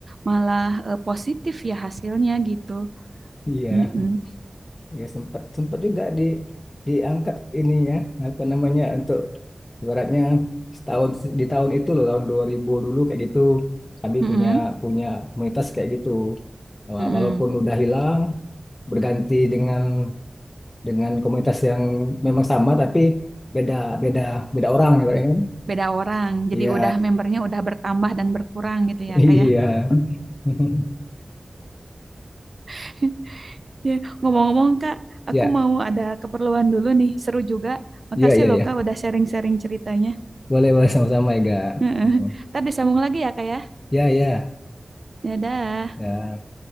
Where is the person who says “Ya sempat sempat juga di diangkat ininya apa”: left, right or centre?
Left